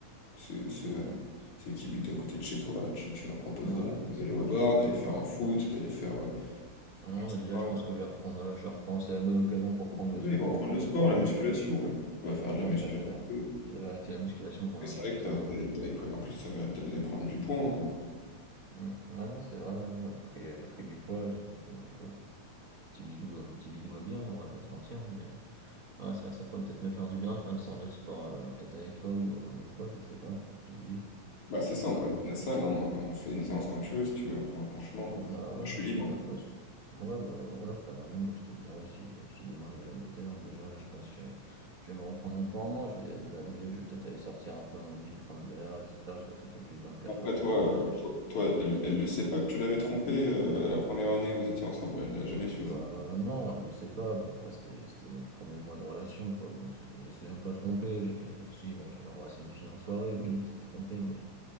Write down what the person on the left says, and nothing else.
ceux, ceux-
ceux qui habitent à côté de chez toi, là. Tu, tu leur proposes
d'aller
d'aller
au bar,
d'aller
faire
un foot, d'aller faire, euh,
je
sais
pas,
Ouais,
ils vont
reprendre
le sport,
la musculation,
ouais. On va faire
de la muscu
un petit peu.
Mais c'est
vrai que
t'as-
t'es-
t'avais pris. En plus, euh, elle te faisait prendre du poids. hein.
Bah, c'est
ça,
on peut
aller
à la salle, hein. On se fait une séance quand tu veux, si tu veux. Enfin, franchement,
moi, je suis libre.
Après,
toi,
euh,
toi, toi, elle, elle le sait pas que tu l'avais trompé euh, la première année où vous étiez ensemble, elle l'a jamais su,
ça.